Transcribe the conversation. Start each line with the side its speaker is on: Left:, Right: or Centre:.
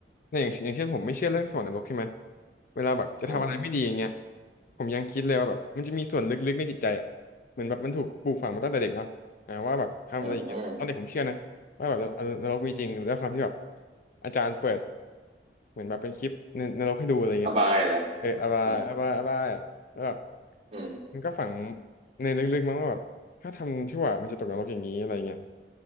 Left: ในอย่างอย่างเช่นผมไม่เชื่อเรื่องสวรรค์นรกใช่ไหมเวลาแบบจะทำอะไรไม่ดีอย่างเงี้ย
Right: อืม
Left: ผมยังคิดเลยว่าแบบมันจะมีส่วนลึกๆในจิตใจอ่ะเหมือนแบบมันถูกปลูกฝังมาตั้งแต่เด็กเนาะ ทำอะไรอย่างเงี้ยตอนเด็กผมเชื่อนะว่าแบบนนรกมีจริงแล้วความที่แบบ
Right: อืมอืม
Left: อาจารย์เปิดเหมือนแบบเป็นคลิปในนรกให้ดูอะไรเงี้ย
Right: อบายเหรอ
Left: เอออาบายอาบายอาบายอ่ะแล้วแบบ
Right: อืมอืม
Left: มันก็ฝังในลึกๆมั้งว่าแบบถ้าทำชั่วมันจะตกนรกอย่างนี้อะไรเงี้ย